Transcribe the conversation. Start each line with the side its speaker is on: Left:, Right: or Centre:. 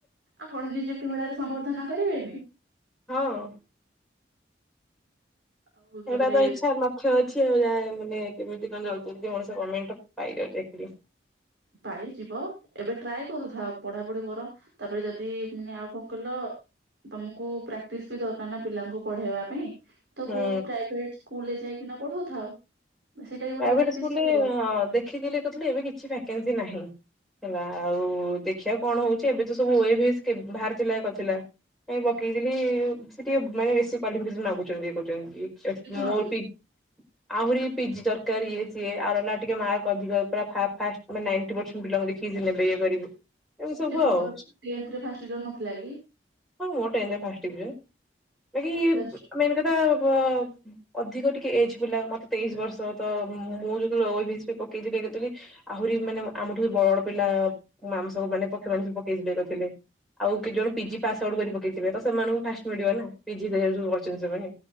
Right: ଆଉ କଣ ଯେ ଯେ ନିଯୁକ୍ତି ମେଳାରେ ସମ୍ବର୍ଦ୍ଧନ କରିବେନି?
Centre: ହଁ।
Right: ଆଉ
Centre: ହେଇଟା
Right: ତାପରେ
Centre: ତ ଇଚ୍ଛା ନ ଖ୍ୟ ଅଛି ଆଉ ଯାହା ମାନେ କେମିତି କଣ ଜଲଦି ଜଲଦି ମଣିଷ ଗମେଣ୍ଟ ପାଇଯାଉ ଚାକିରି।
Right: ପାଇଯିବ ଏବେ ଟ୍ରାଏ କରୁଥାଅ ପଢାପଢି କର। ତାପରେ ଯଦି ଉଁ ଆଉ କଣ କହିଲ ତମକୁ ପ୍ରାକ୍ଟିସ ବି ଦରକାର ନା ପିଲାଙ୍କୁ ପଢେଇବା ପାଇଁ। ତ
Centre: ହୁଁ
Right: କୋଉ ପ୍ରାଇଭେଟ ସ୍କୁଲରେ ଯାଇକିନା ପଢଉଥାଅ। ସେଇଟା ବି ଗୋଟେ
Centre: ପ୍ରାଇଭେଟ
Right: ପ୍ରାକ୍ଟିସ
Centre: ସ୍କୁଲରେ
Right: ରହିବ।
Centre: ଅ ଦେଖିଥିଲି ଇଏ କରିଥିଲି ଏବେ କିଛି ଭ୍ୟାକେନ୍ସି ନାହିଁ। ହେଲା ଆଉ ଦେଖିବା କଣ ହଉଛି। ଏବେ ତ ସବୁ ଓ ଏ ଭି ଏସ କେ ବାହାରିଥିଲା କରିଥିଲା। ଏଁ
Right: ହୁଁ
Centre: ପକେଇଥିଲି ସେ ଟିକେ ମାନେ ବେଶୀ କ୍ୱାଲିଫିକେସନ ମାଗୁଛନ୍ତି ଇଏ କରୁଚନ୍ତି ସେ
Right: କେତେ ମାଗୁଛି
Centre: ମୋ ପୀ ଆହୁରି ପି ଜି ଦ ଦରକାର ଇଏ ସିଏ ଆଉ ହେଲା ଟିକେ ମାର୍କ ଅଧିକ ପୁରା ଫା ଫାର୍ଷ୍ଟ ମାନେ ନାଇଣ୍ଟି ପର୍ସେଣ୍ଟ ପିଲାଙ୍କୁ ଦେଖି ନେବେ ଇଏ କରିବେ। ଏଇ ସବୁ
Right: ଯେ ତମର
Centre: ଆଉ
Right: ଟେନ୍ଥ ରେ ଫାଷ୍ଟ ଇୟର ନଥିଲା କି
Centre: ହଁ ମୋର ଟେନ୍ଥ ରେ ଫାର୍ଷ୍ଟ ଡିଭିଜନ। ବାକି
Right: ପ୍ଲସ
Centre: ବ
Right: ଟୁ?
Centre: ମେନ୍ କଥା ଆଉ ବ ଅଧିକ ଟିକେ ଏଜ ପିଲା ମତେ ତେଇସି ବର୍ଷ। ତ ମୁଁ ଯେତେବେଳେ ଓ ଏ ଭି ଏସ ପାଇଁ ପକେଇଥିଲି ଇଏ କରିଥିଲି ଆହୁରି ମାନେ ବ ଆମଠୁ ବି ବଡ ପିଲା ଆମେ ସବୁ ମାନେ ପକ୍ଷୀ ମାନେ ସବୁ ପକେଇଥିଲେ ଇଏ କରିଥିଲେ ଆଉ କେତ ଜଣ ପିଜି ପାସ ଆଉଟ୍ କରି ପକେଇଥିବେ ତ ସେମାନଙ୍କୁ ଫାଷ୍ଟ ମିଳିବ ନା ପିଜି ହ ଯୋଉ। ଚିନସ ପାଇଁ।